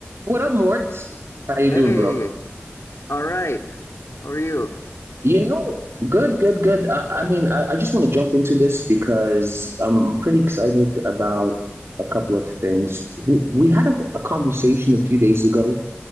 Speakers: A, on the right; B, on the left.
A: What up, Mort? How you
B: Hey,
A: doing, bro?
B: all right. How are you?
A: You know, good, good, good. I, I mean, I, I just want to jump into this because I'm pretty excited about a couple of things. We, we had a, a conversation a few days ago